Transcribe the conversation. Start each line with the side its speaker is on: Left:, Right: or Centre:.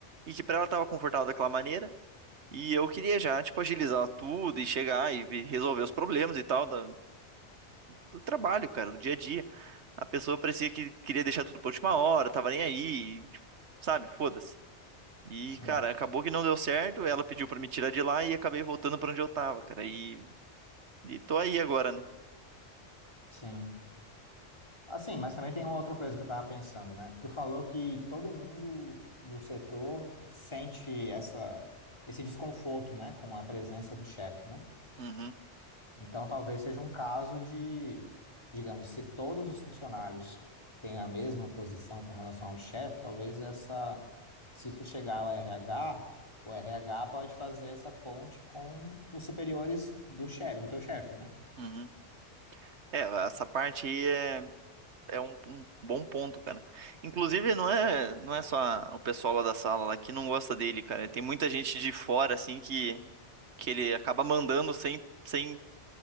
Right: e que pra ela tava confortável daquela maneira. E eu queria já, tipo, agilizar tudo e chegar e vi- resolver os problemas e tal da- do trabalho, cara, do dia a dia. A pessoa parecia que queria deixar tudo pra última hora, tava nem aí, e, sabe? Foda-se. E,
Left: Sim,
Right: cara, acabou que não deu certo, ela pediu pra me tirar de lá e acabei voltando pra onde eu tava, cara. E, e tô aí agora, né?
Left: sim. Assim, mas também tem uma outra coisa que eu tava pensando, né? Tu falou que todo mundo do setor sente essa, esse desconforto, né, com a presença do chefe, né?
Right: Uhum,
Left: Então talvez seja um caso de, digamos, se todos os funcionários têm a mesma posição com relação ao chefe, talvez essa, se isso chegar ao RH, o RH pode fazer essa ponte com os superiores do chefe, do teu chefe, né?
Right: uhum. É, essa parte aí é É um, um bom ponto, cara. Inclusive, não é, não é só o pessoal lá da sala lá que não gosta dele, cara. Tem muita gente de fora, assim, que, que ele acaba mandando sem, sem,